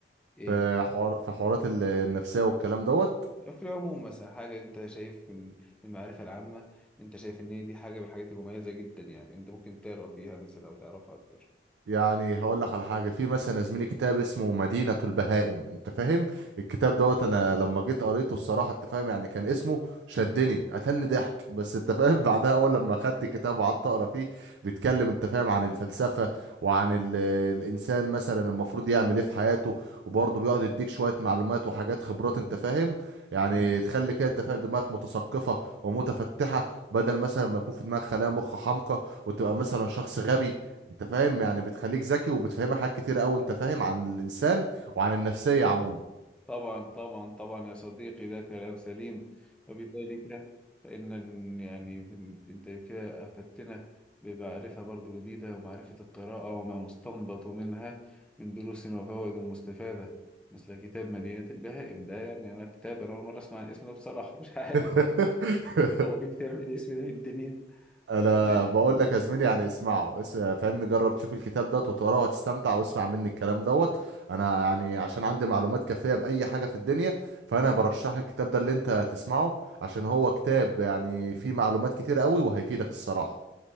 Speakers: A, in the centre; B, on the right.
A: ايه
B: في حوار في حوارات ال- النفسية والكلام دوت
A: في العموم مثلا حاجة أنت شايف من من المعرفة العامة أنت شايف إن هي دي حاجة من الحاجات المميزة جدا يعني أنت ممكن تقرأ فيها مثلا أو تعرفها أكتر
B: يعني هقول لك على حاجه في مثلا يا زميلي كتاب اسمه مدينه البهائم انت فاهم الكتاب دوت انا لما جيت قريته الصراحه انت فاهم يعني كان اسمه شدني قتلني ضحك بس انت فاهم <laughs> بعدها اول لما خدت الكتاب وقعدت اقرا فيه بيتكلم انت فاهم عن الفلسفه وعن ال الانسان مثلا المفروض يعمل ايه في حياته وبرضه بيقعد يديك شويه معلومات وحاجات خبرات انت فاهم يعني تخلي كده انت فاهم دماغك متثقفه ومتفتحه بدل مثلا ما يكون في دماغك خلايا مخ حمقى وتبقى مثلا شخص غبي انت فاهم يعني بتخليك ذكي وبتفهمك حاجات كتير قوي انت فاهم عن الانسان وعن النفسيه عموما
A: طبعا طبعا طبعا يا صديقي ده كلام سليم وبذلك فإن يعني بن- أنت كده أفدتنا بمعرفة برضو جديدة ومعرفة القراءة وما مستنبط منها من دروس وفوائد مستفادة مثل كتاب مدينة البهائم ده يعني أنا كتاب أنا أول مرة أسمع عن الاسم ده بصراحة مش عارف
B: <laughs>
A: هو في كتاب بالاسم ده في الدنيا
B: انا
A: بس ماشي
B: بقول لك يا زميلي يعني اسمعه اس- فاهمني جرب تشوف الكتاب دوت وتقراه وهتستمتع واسمع مني الكلام دوت انا يعني عشان عندي معلومات كافيه باي حاجه في الدنيا فانا برشح لك الكتاب ده اللي انت تسمعه عشان هو كتاب يعني فيه معلومات كتير قوي وهيفيدك الصراحه